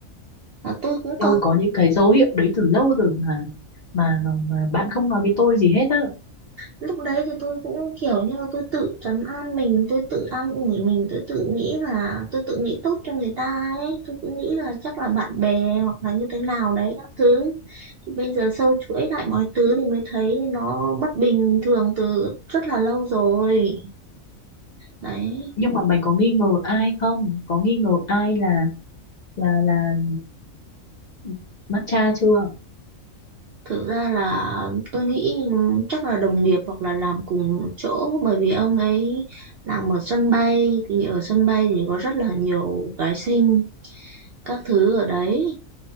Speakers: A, on the right; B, on the left.
A: là tôi cũng
B: Tôi
A: có
B: có những cái dấu hiệu đấy từ lâu rồi mà mà, mà, mà bạn không nói với tôi gì hết á.
A: lúc đấy thì tôi cũng kiểu như là tôi tự trấn an mình tôi tự an ủi mình tôi tự nghĩ là tôi tự nghĩ tốt cho người ta ấy tôi cứ nghĩ là chắc là bạn bè hoặc là như thế nào đấy các thứ thì bây giờ sâu chuỗi lại mọi thứ thì mới thấy nó bất bình thường từ rất là lâu rồi đấy
B: Nhưng mà mày có nghi ngờ ai không? Có nghi ngờ ai là là là ừ, matcha chưa?
A: Thực ra là tôi nghĩ chắc là đồng nghiệp hoặc là làm cùng chỗ bởi vì ông ấy làm ở sân bay thì ở sân bay thì có rất là nhiều gái xinh các thứ ở đấy